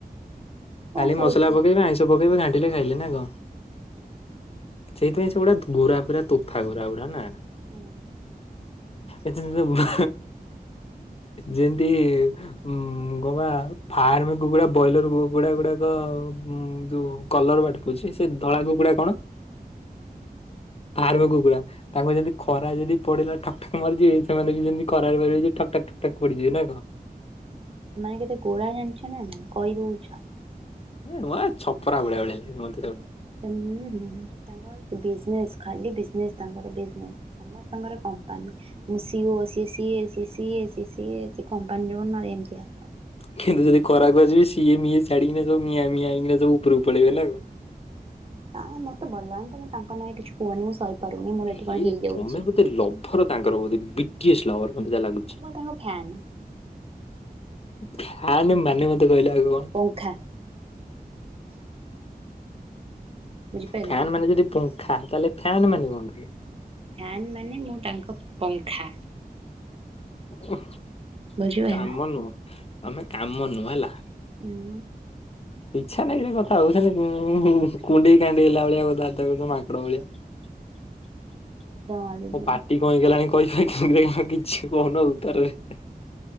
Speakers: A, on the right; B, on the left.
A: କଣ
B: ଖାଲି
A: ଖାଉଛୁ
B: ମସଲା
A: ହୁଁ।
B: ପକେଇବେ ଆଇଁଷ ପକେଇବେ ଘାଣ୍ଟିଲେ ଖାଇଲେ ନା କଣ? ସେଇଥି ପାଇଁ ସେଗୁଡା ପୁରା ପୁରା ତୋଫା ଗୁର ଗୁଡା ନା?
A: ହୁଁ।
B: ଏ ଯେମତି ଯଦି ହୁଁ ଗୋବା ଫାର୍ମ କୁକୁଡା ବ୍ରଲର କୁକୁଡା ଗୁଡାକର ଡ ଉ ଯୋଉ କଲର ବାଟୁ ବୁଛି ସେ ଧଳା କୁକୁଡା କଣ? ଫାର୍ମ କୁକୁଡ଼ା ତାଙ୍କ ଯେମିତି ଖରା ଯଦି ପଡିଲା ଟଠକ୍ଟାକ ମରିଯିବ ସେମାନେ ବି ଯେମିତି କରାରେ ପାରିବେ ଠକ୍ଟକ୍ ଟକ୍ଟକ୍ ପଡିଯିବ ନା କଣ?
A: ସେମାନେ କେତେ ଗୋରା ଜାଣିଛ ନା ନାଇଁ କହିଦଉଛ।
B: ଏ ନୂଆ ଛପରା ଭଳିଆ ଭଳିଆ ଲାଗିବ।
A: ହୁଁ, ହୁଁ ତାଙ୍କର ବିଜନେସ୍ ଖାଲି ବୀଜନେସ୍ ତାଙ୍କର ବିଜନେସ୍। ସମସ୍ତଙ୍କର କମ୍ପାନୀ ମୁଁ ସିଓ ସିଏ ସିଏ ସିଏ ସିିଏ ସିଏ କମ୍ପାନୀ ର ଓନର୍ ଏମତିଆ।
B: କିନ୍ତୁ ଯଦି ଖରାପ୍ ଆସିବେ ସିଏ ମିଏ ଛାଡି କିନା ସବୁ ମିଆ ମିଆଁ ହେଇକିନା ସବ ଉପରକୁ ପଳେଇବେ ନା କଣ?
A: ନା ମତେ ଭଲ ଲାଗୁନି ତମେ ତାଙ୍କ ନାଗି କିଛି କୁହନି ମୁଁ ସହିପାରୁନି ମୋର ଏଠି
B: ହେ
A: କଣ ହେଇଯାଉଛି।
B: ତମେ ବୋଧେ ଏ ଲଭର ତାଙ୍କର ବଧେ ବିପି ଏସ୍ ଲଭର ସେ ମତେ ଯାହା ଲାଗୁଛି।
A: ମୁଁ କଣ ତାଙ୍କ ଫ୍ୟାନ୍
B: ଫ୍ୟାନ୍ ମାନେ ମତେ କହିଲ ଆଗ କଣ?
A: ପଙ୍ଖା। ବୁଝିପାରିଲ
B: ଫ୍ୟାନ ମାନେ ଯଦି ପଙ୍ଖା ତାହେଲେ ଫ୍ୟାନ ମାନେ କଣ
A: ଫ୍ୟାନ୍ ମାନେ ମୁଁ ତାଙ୍କ ପଙ୍ଖା।
B: ଓହୋ
A: ବୁଝିପାରିଲ
B: କାମ ନୁହଁ ତମେ କାମ ନୁହଁ ହେଲା।
A: ହୁଁ।
B: ଇଚ୍ଛା ନାହିଁ ଭି କଥା ହବାକୁ ଖାଲି ହୁଁ କୁଣ୍ଡେଇ କଣ୍ଡେଇ ହେଲା ଭଳିଆ କଥା ବାର୍ତା କରୁଛ ମାଙ୍କଡ ଭଳିଆ। <inaudible>
A: ନିଦ ମାଡୁଛି
B: ମୋ
A: ମତେ।
B: ପାଟି କଣ ହେଇ ରଗଲାଣି କହି କହି ଦେଖିଲା ବେକକୁ କିଛି କହୁନ ଉତ୍ତରରେ <unintelligible>